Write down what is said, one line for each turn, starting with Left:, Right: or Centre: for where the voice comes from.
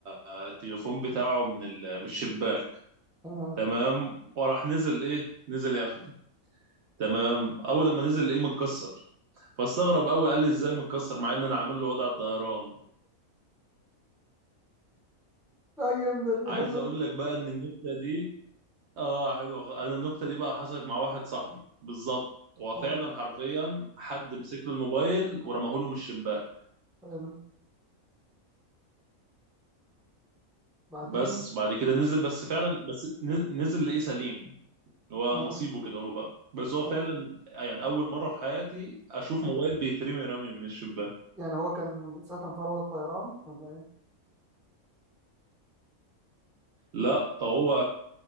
Right: التليفون بتاعه من ال- من الشباك
Centre: تمام
Right: تمام وراح نزل ايه نزل ياخده تمام اول لما نزل ايه متكسر فاستغرب قوي قال لي ازاي متكسر مع ان انا عامل له وضع طيران
Centre: لا جامدة دي
Right: عايز
Centre: حلوة
Right: اقول
Centre: دي
Right: لك بقى ان النكته دي اه حلو انا النكته دي بقى حصلت مع واحد صاحبي بالظبط هو
Centre: والله
Right: فعلا حرفيا حد مسك له الموبايل ورماه له من الشباك
Centre: حلو بعدين
Right: وبس بعد كده نزل بس فعلا بس ن- نزل لقيه سليم هو
Centre: اه
Right: نصيبه كده هو بقى بس هو فعلا
Centre: اه
Right: يعني اول مره في حياتي اشوف موبايل بيترمي رمي من الشباك
Centre: يعني هو كان ساعتها انفرد الطيران ولا ايه؟
Right: لا هو